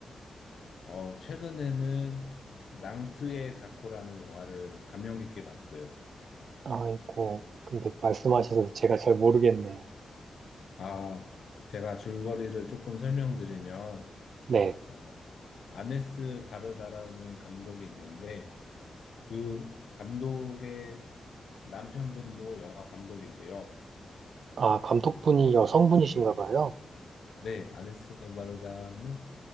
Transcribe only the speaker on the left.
어, 최근에는 낭트의 자코라는 영화를 감명 깊게 봤어요.
아, 제가 줄거리를 조금 설명드리면,
어, 아네스 바르다라는 감독이 있는데 그 감독의 남편분도 영화 감독이세요.
그래서
네, 아네스 바르다는